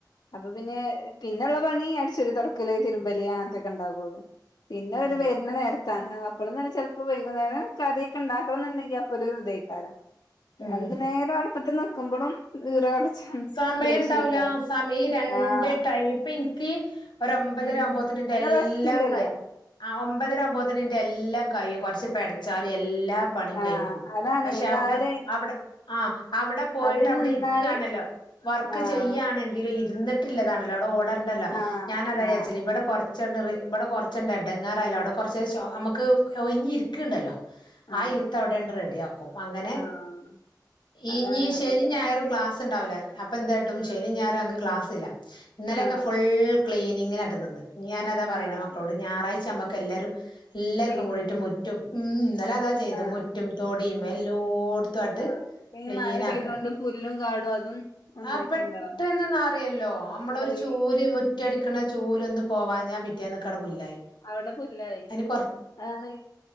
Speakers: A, on the left; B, on the left.
A: അപ്പൊ പിന്നെ പിന്നെള്ള പണി അടിച്ചോരി തൊടക്കല് തിരുമ്പല് അങ്ങൻത്തൊക്കെണ്ടാവുള്ളൂ <unintelligible> പിന്നെ
B: ഉം
A: ഓല് വര്ന്ന നേരത്തെ ത്താൻ അപ്പളും തന്നെ ചെലപ്പോ വൈകുന്നേരം കറിയൊക്കെ ണ്ടാക്കണംന്ന്ണ്ടെങ്കി അപ്പൊരു തെയ്ക്കാരം രണ്ട്
B: ഉം
A: നേരോം അടുപ്പത്തിന്ന് ക്ക്മ്പൊഴും ഈറ ഒടച്ചാണ്
B: സമയണ്ടാവൂല
A: ദേഷ്യേക്കാരം
B: സമയീ രണ്ട്‌
A: ആഹ്
B: ടൈമ് പ്പിൻക്ക് ഒരൊമ്പതരാവുമ്പോത്തിന്
A: ഉം
B: ന്റെല്ലാ
A: ഒരു റെസ്റ്റ് ഇല്ലല്ലോ
B: <unintelligible> മ്പതരാവ്മ്പോത്തിനിന്റെല്ലാം കഴിയും കൊർച്ച് പെടച്ചാലും എല്ലാം എല്ലാ പണിയും
A: ആഹ്
B: കഴിക്കും
A: അതാണേ
B: പക്ഷെ
A: രാവിലെ
B: അവിടെ അവിടെ ആ അവിടെ പോയിട്ട്
A: അത്
B: അവിടെ
A: നിന്നാല്
B: ഇരിക്കാണല്ലോ വർക്ക്
A: ആഹ്
B: ചെയ്യാണെങ്കിൽ ഇരുന്നിട്ടില്ലതാണല്ലോ വടെ ഓടണ്ടല്ലോ
A: ആഹ്
B: ഞാനതാ
A: ആഹ്
B: വിചാരിച്ചല്
A: അപ്പൊ
B: ഇവിടെ
A: പിന്നെ
B: കുറച്ചൊക്കെ ഇവിടെ കുറച്ചണ്ട് എടങ്ങാറായാലും അവിടെ കുറച്ച് നമുക്ക് ഒഴിഞ്ഞിരിക്ക്ണ്ടല്ലോ
A: ആഹ്
B: ആ ഇരുത്തം അവിടെണ്ട് റെഡിയാക്കും അങ്ങനെ
A: ആഹ് അതാണ്
B: ഇഞ്ഞി ശനിം
A: അപ്പൊ പിന്നെ
B: ഞായറും ക്ലാസ് ഇണ്ടാവില്ല അപ്പ എന്താ കിട്ടും ശനിം ഞായറും ഞങ്ങക്ക്‌ ക്ലാസ്സില്ല ഇന്നലെയൊക്കെ
A: ആഹ്
B: ഫുൾ ക്ലീനിങ്ങിനായിട്ടു നിന്നെ ഞാനതാ പറയണെ
A: ആഹ്
B: മക്കളോട് ഞായറാഴ്ച ഞമ്മക്ക്- എല്ലാരും എല്ലാർക്കും
A: ക്ലീനിങ്
B: കൂടീട്ട് മുറ്റും ഉം ഇന്നലെ അതാ ചെയ്തെ
A: ആഹ്
B: മുറ്റും തൊടിയും എല്ലോടത്തുംമായിട്ട്
A: ആഹ് ഇപ്പ ഈ
B: ക്ലീൻ
A: മഴ പെയ്തോണ്ട്
B: ആക്കാൻ
A: പുല്ലും കാടും അതും ഒന്നായിട്ടുണ്ടാവും
B: ആ പെട്ടെന്ന് നറയുല്ലോ നമ്മളൊരു
A: അറിയേ
B: ചൂല് മുറ്റടിക്ക്ണ ചൂല് ഒന്ന് പോവാഞ്ഞാ പിറ്റേന്നക്കവടെ പുല്ലായി
A: അവിടെ പുല്ലായി
B: അയിനെ കൊറ
A: അതാണ്